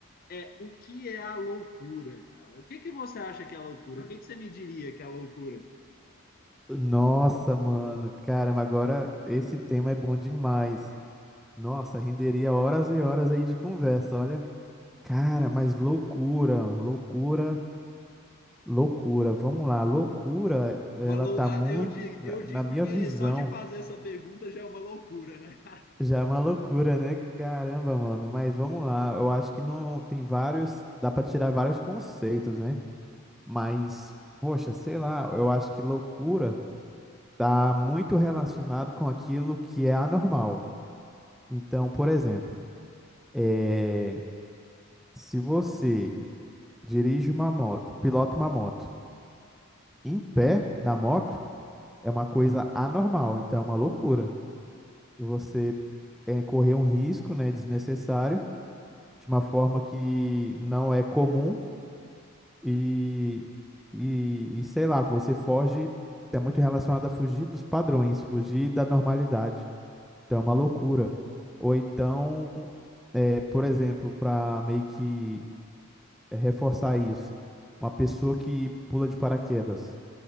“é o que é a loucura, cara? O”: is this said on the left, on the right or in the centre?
Left